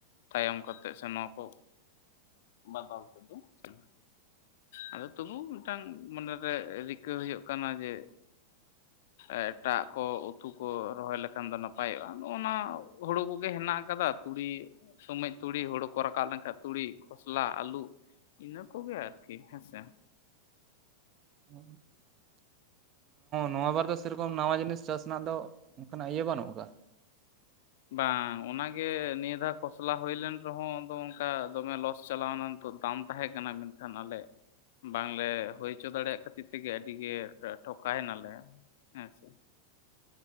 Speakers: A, on the left; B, on the right.
A: ᱛᱟᱭᱚᱢ ᱠᱟᱛᱮᱜ ᱥᱮ, ᱱᱚᱣᱟ ᱠᱚ ᱵᱟᱯ ᱚᱛ ᱫᱚ <unintelligible> ᱟᱫᱚ, ᱛᱚᱵᱩ ᱢᱤᱫᱴᱟᱱ ᱢᱚᱱᱮ ᱨᱮ, ᱨᱤᱠᱟᱹ ᱦᱩᱭᱩᱜ ᱠᱟᱱᱟ ᱾ ᱡᱮ ᱮᱴᱟᱜ ᱠᱚ, ᱩᱛᱩ ᱠᱚ, ᱨᱚᱦᱚᱭ ᱞᱮᱠᱷᱟᱱ ᱫᱚ, ᱱᱟᱯᱟᱭᱚᱜᱼᱟ ᱾ ᱚᱱᱟ, ᱦᱩᱲᱩ ᱠᱚᱜᱮ, ᱦᱮᱱᱟᱜ ᱟᱠᱟᱫᱟ ᱾ ᱛᱩᱲᱤ, ᱥᱚᱢᱚᱭ ᱛᱩᱲᱤ, ᱦᱩᱲᱩ ᱠᱚ, ᱨᱟᱠᱟᱵ ᱞᱮᱱᱠᱷᱟᱡ, ᱛᱩᱲᱤ, ᱠᱷᱚᱥᱞᱟ, ᱟᱹᱞᱩ ᱾ ᱤᱱᱟᱹ ᱠᱚᱜᱮ, ᱟᱨᱠᱤ ᱠ <unintelligible> ᱦᱮ ᱥᱮ᱾
B: <inaudible> ᱱᱚᱣᱟ ᱵᱟᱨ ᱫ, ᱥᱮ ᱨᱚᱠᱚᱢ ᱱᱟᱣᱟ ᱡᱤᱱᱤᱥ, ᱪᱟᱥ ᱨᱮᱱᱟᱜ ᱫᱚ, ᱚᱱᱠᱟᱱᱟᱜ ᱤᱭᱟᱹ ᱵᱟᱹᱱᱩᱜ ᱠᱟᱜ-ᱟ‌ ᱾
A: ᱵᱟᱝ ᱾ ᱚᱱᱟ ᱜᱮ ᱱᱤᱭᱟᱹ ᱫᱷᱟᱣ, ᱠᱷᱚᱥᱞᱟ ᱦᱩᱭ ᱞᱮᱱ ᱨᱮᱦᱚᱸ, ᱚᱱᱠᱟ ᱫᱚᱢᱮ ᱞᱚᱥ, ᱪᱟᱞᱟᱣ ᱮᱱᱟ ᱾ ᱯᱩᱨᱩᱛᱟᱢ ᱛᱟᱢ ᱛᱟᱦᱮᱸ ᱠᱟᱱᱟ, ᱢᱮᱱᱠᱷᱟᱱ, ᱟᱞᱮ ᱵᱟᱝ ᱞᱮ ᱦᱩᱭ ᱦᱚᱪᱚ ᱫᱟᱲᱮᱭᱟᱜ ᱠᱷᱟᱹᱛᱤᱨ ᱛᱮᱜᱮ ᱟᱹᱰᱤᱜᱮ ᱴᱷᱚᱠᱟᱭᱮᱱᱟᱞᱮ ᱦᱮᱸ ᱥᱮ,